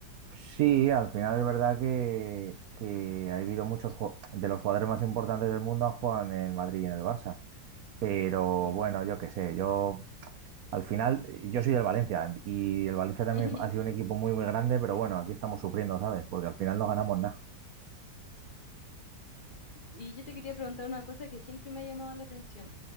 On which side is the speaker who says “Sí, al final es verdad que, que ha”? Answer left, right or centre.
Right